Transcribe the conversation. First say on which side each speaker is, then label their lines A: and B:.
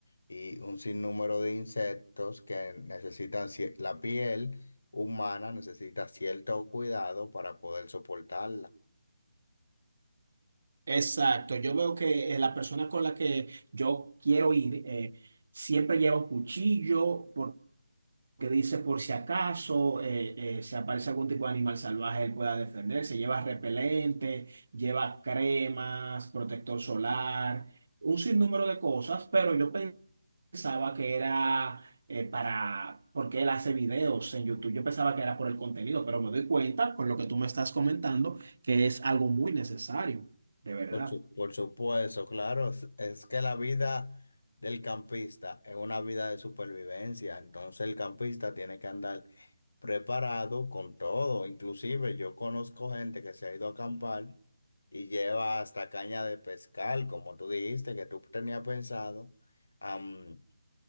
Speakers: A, on the left; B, on the right.
A: y un sinnúmero de insectos que necesitan, cier- la piel humana necesita cierto cuidado para poder soportarla.
B: Exacto, yo veo que eh, la persona con la que yo quiero ir eh, siempre lleva un cuchillo porque dice por si acaso eh, eh, se aparece algún tipo de animal salvaje, él pueda defenderse, lleva repelente, lleva cremas, protector solar, un sinnúmero de cosas, pero yo pensaba que era eh, para, porque él hace videos en YouTube, yo pensaba que era por el contenido, pero me doy cuenta con lo que tú me estás comentando que es algo muy necesario, de verdad.
A: Por su- por supuesto, claro, es es que la vida del campista es una vida de supervivencia, entonces el campista tiene que andar preparado con todo. Inclusive yo conozco gente que se ha ido a acampar y lleva hasta caña de pescar, como tú dijiste, que tú tenías pensado, am,